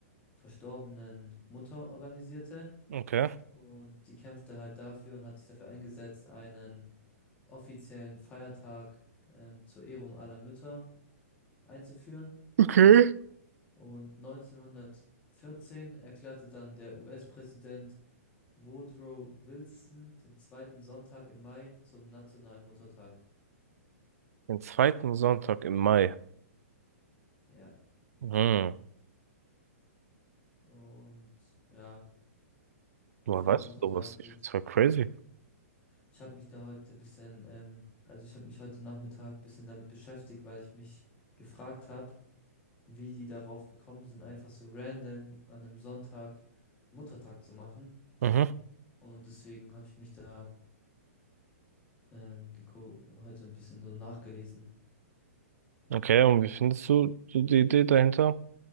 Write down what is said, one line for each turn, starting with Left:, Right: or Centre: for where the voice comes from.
Left: verstorbenen Mutter organisierte.
Right: Okay.
Left: Und die kämpfte halt dafür und hat sich dafür eingesetzt, einen offiziellen Feiertag ähm, zur Ehrung aller Mütter einzuführen.
Right: Okay.
Left: Und 1914 erklärte dann der US-Präsident Woodrow Wilson den zweiten Sonntag im Mai zum nationalen Muttertag.
Right: Den zweiten Sonntag im Mai.
Left: Ja,
Right: Mhm.
Left: und ja,
Right: Woher
Left: der
Right: weißt
Left: Muttertag
Right: du sowas? Ich
Left: wird,
Right: find's voll crazy.
Left: ich habe mich da heute ein bisschen, ähm, also ich habe mich heute Nachmittag ein bisschen damit beschäftigt, weil ich mich gefragt habe, wie die darauf gekommen sind, einfach so random an einem Sonntag Muttertag zu machen.
Right: Mhm.
Left: Und deswegen habe ich mich da ähm, geko- heute ein bisschen so nachgelesen.
Right: Okay, und wie findest du so die Idee dahinter?